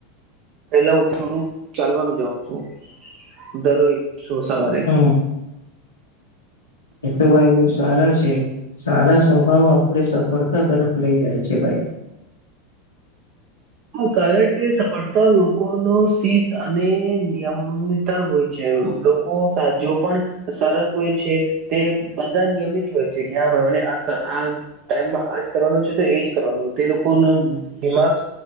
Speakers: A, on the right; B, on the left.
A: પેલા ઉઠડું ચાલવાનું જાઉં છું દરોઈ છ સવારે
B: હમ એ તો ભાઈ બ સારા છે. સારા સ્વભાવ આપડ સફળતા તરફ લઇ જાય છે ભાઈ.
A: કારણ કે સફળતા લોકો ન શિસ્ત અને નિયમ હોય છે લોકો જો પણ સરસ હોય છે. તે બધા નિયમિત હોય છે કે હા ભાઈ મ આ આ ટાઈમમાં આજ કરવાનું છે તો એજ કરવાનું તે લોકો ન દિમાગ